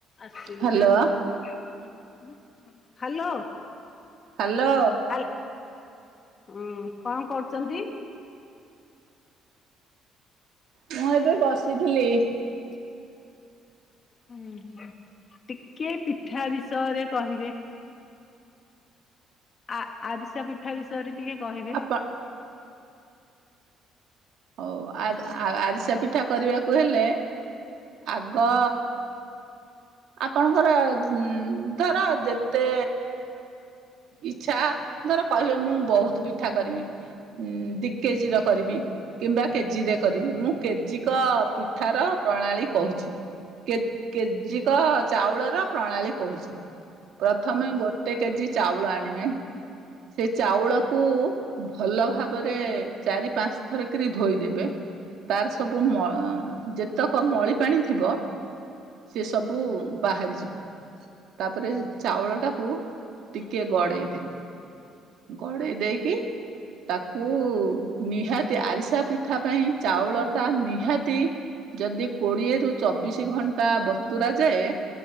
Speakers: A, on the left; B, on the right.
A: ଆସିନି
B: hello
A: ନା hello.
B: Hello.
A: ଆଲ ଉଁ କଣ କରୁଛନ୍ତି?
B: ମୁଁ ଏବେ ବସିଥିଲି।
A: ହ ହୁଁ ହୁଁ ଟିକେ ପିଠା ବିଷୟରେ କହିବେ। ଆ ଆରିସା ପିଠା ବିଷୟରେ ଟିକେ କହିବେ।
B: ଆପ ହଉ ଆ ଆରିସା ପିଠା କରିବାକୁ ହେଲେ ଆଗ ଆପଣଙ୍କର ଧର ଯେତେ ଇଛା ଧର କହିବି ମୁଁ ବହୁତ ପିଠା କରିବି। ଉଁ ଦି କେଜି ର କରିବି କିମ୍ବା କେଜିରେ କରିବି ମୁଁ କେଜି କ ପିଠାର ପ୍ରଣାଳୀ କହୁଛି। କେ କେଜି ଏକ ଚାଉଳର ପ୍ରଣାଳୀ କହୁଛି। ପ୍ରଥମେ ଗୋଟେ କେଜି ଚାଉଳ ଆଣିବେ। ସେ ଚାଉଳକୁ ଭଲ ଭାବରେ ଚାରି ପାଞ୍ଚ ଥର କରି ଧୋଇଦେବେ। ତାର ସବୁ ମ ଯେତେକ ମଳି ପାଣି ଥିବ। ସେ ସବୁ ବାହାରି ଯିବ। ତାପରେ ଚାଉଳ ଟାକୁ ଟିକିଏ ଗଡ଼େଇ ଦେବେ। ଗଡେଇ ଦେଇକି ତାକୁ ନିହାତି ଆରିସା ପିଠା ପାଇଁ ଚାଉଳଟା ନିହାତି। ଯଦି କୋଡିଏରୁୁ ଚବିଶି ଘଣ୍ଟା ବତୁରା ଯାଏ।